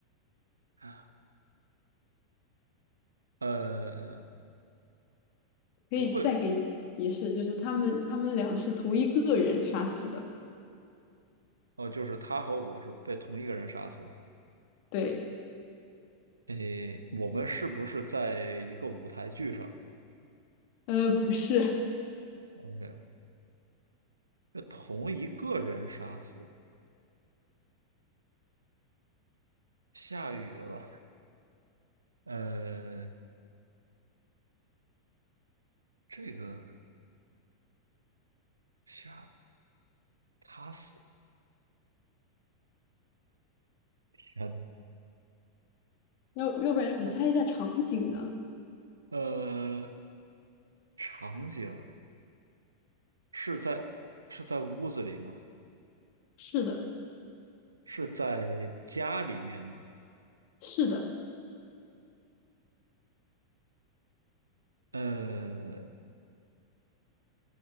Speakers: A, on the right (about 75°); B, on the left (about 45°).
A: 啊。呃，
B: 可以再给你提示，
A: 不会，
B: 就是他们他们俩是同一个人杀死的。
A: 哦，就是他和我是被同一个人杀死的。
B: 对，
A: 诶，我们是不是在一个舞台剧上
B: 呃，不是，
A: ？OK，被同一个人杀死的。下雨了，呃，这个下他死，天呐，
B: 要要不然你猜一下场景呢？
A: 哦呃，场景是在是在屋子里吗？
B: 是的，
A: 是在家里面吗？
B: 是的，
A: 呃，